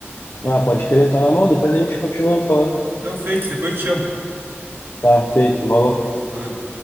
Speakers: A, on the left; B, on the right.
A: Ah, pode crer, tá na mão, depois a gente continua falando.
B: Não, feito, depois te chamo.
A: Tá, feito, valeu.
B: Feito, Valeu.